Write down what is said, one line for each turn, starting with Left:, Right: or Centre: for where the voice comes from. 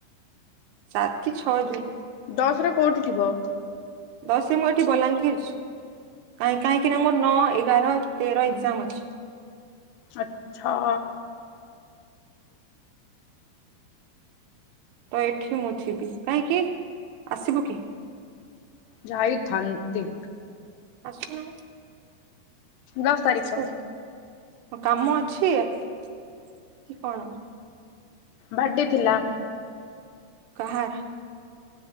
Right: ସାତ କି ଛଅ ଦୁଇ
Left: ଦଶରେ କୋଉଠି ଥିବ।
Right: ଦଶରେ ମୁଁ ଏଠି ବଲାଙ୍ଗୀର ଅଛି କ କାହିଁକିନା ମୋର ନଅ ଏଗାର ତେର ଏକଜାମ ଅଛି।
Left: ଆଚ୍ଛା।
Right: ତ ଏଠି ମୁଁ ଯିବି କାହିଁକି ଆସିବୁ କି?
Left: ଯାଇଥାନ୍ତି।
Right: ଆସୁନୁ।
Left: ଦଶ ତାରିଖ।
Right: କୋଉ କାମ ଅଛି କି କଣ?
Left: ବାଡ଼େ ଥିଲା।
Right: କହାର?